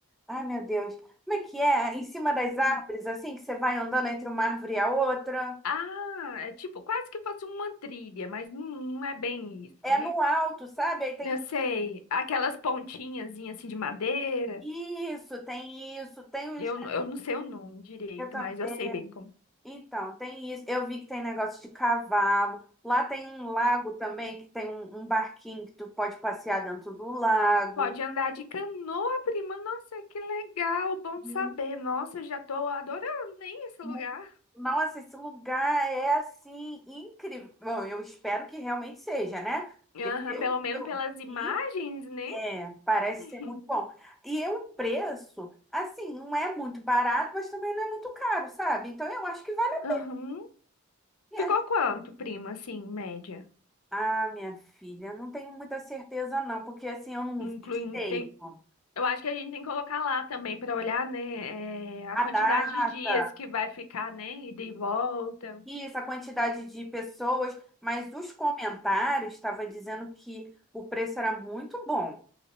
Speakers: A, in the centre; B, on the left.
A: Ai, meu Deus, como é que é? Em cima das
B: Hum.
A: árvores, assim, que você vai andando entre uma árvore e a outra.
B: Ah, é tipo quase que fosse uma trilha, mas não, não é bem isso,
A: É
B: né?
A: no alto, sabe? Aí tem
B: Eu sei, aquelas pontinhas assim de madeira.
A: isso, tem isso, tem uns.
B: Eu, eu não sei o nome direito,
A: eu tam-
B: mas
A: é,
B: eu sei bem como.
A: Então, tem isso. Eu vi que tem negócio de cavalo. Lá tem um lago também, que tem um, um barquinho que tu pode passear dentro do lago.
B: Pode andar de canoa, prima. Nossa, que legal. Bom
A: Hum,
B: saber. Nossa, eu já tô adorando, hein, esse
A: hum.
B: lugar.
A: Nossa, esse lugar é assim incrível. Bom, eu espero que realmente seja, né?
B: Aham,
A: Porque pelo
B: pelo
A: que
B: menos
A: eu
B: pelas imagens,
A: vi,
B: né?
A: é, parece
B: Uhum.
A: ser muito bom. E o preço, assim, não é muito barato, mas também não é muito caro, sabe? Então eu acho que vale. a
B: Aham. <laughs>
A: pena.
B: Ficou quanto, prima, assim, média?
A: Ah, minha filha, não tenho muita certeza não, porque assim, eu não
B: Incluindo,
A: vi direito
B: tem, eu acho que a gente tem que colocar lá também pra olhar, né, é, a
A: a
B: quantidade
A: data,
B: de dias que vai ficar, né, ida e volta.
A: isso, a quantidade de pessoas, mas os comentários estavam dizendo que o preço era muito bom.